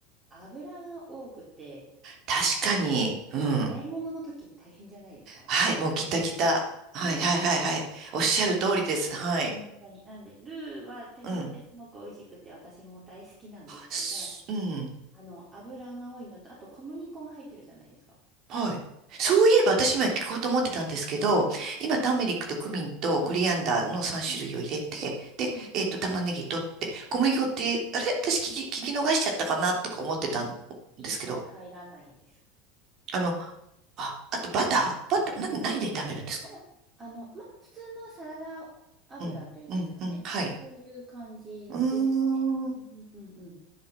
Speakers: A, on the right; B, on the right.
A: 油が多くて、
B: 確かに、うん。
A: あの、洗い物の時大変じゃないですか
B: はい、もうギタギタ。はいはいはいはい。
A: そ
B: おっしゃる通りです。
A: う。ね、うん。
B: はい。
A: 本当に。なんで、ルーは手軽ですごく美味しくて、
B: うん。
A: 私も大好きなんですけど、
B: すうん。
A: あの、油が多いのと、あと小麦粉が入ってるじゃないですか。
B: はい。そういえば私今聞こうと思ってたんですけど、
A: はい。
B: 今ターメリックとクミンとコリアンダーの3種類を入れて、
A: はい。うんうん、
B: で、
A: うん、
B: えっと、玉ねぎ取って、小麦粉って、
A: うん。
B: あれ私聞き、聞き逃しちゃったかなとか思ってたんですけど、
A: ね一切入らないんです。
B: あの、あ、あとバターバター、何、何で炒めるんですか
A: あ、あ、あの、ま、普通のサラダ油というんですかね。
B: うん、うん、うん、はい。
A: そういう感じですね。
B: うーん、う
A: うんうんうんうん。